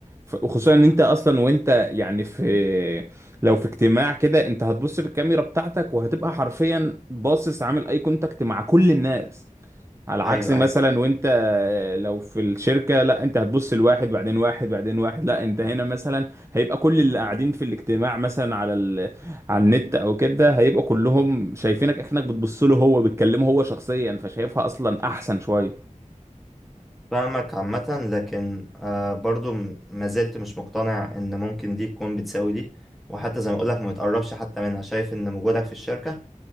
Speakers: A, on the right (about 20°); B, in the centre.
A: ف- وخصوصا ان انت اصلا وانت يعني في لو في اجتماع كده انت هتبص في الكاميرا بتاعتك وهتبقى حرفيا باصص عامل اي كونتاكت مع كل الناس على عكس
B: ايوه
A: مثلا
B: ايوه
A: وانت آه، لو في الشركة لا انت هتبص لواحد بعدين واحد بعدين واحد لا انت هنا مثلا هيبقى كل اللي قاعدين في الاجتماع مثلا على ال... على النت او كده هيبقى كلهم شايفينك اكنك بتبص له هو بتكلمه هو شخصيا فشايفها اصلا احسن شوية
B: فاهمك عامة لكن آه برضو م- ما زلت مش مقتنع ان ممكن دي تكون بتساوي دي وحتى زي ما اقولك ما بتقربش حتى منها شايف ان وجودك في الشركة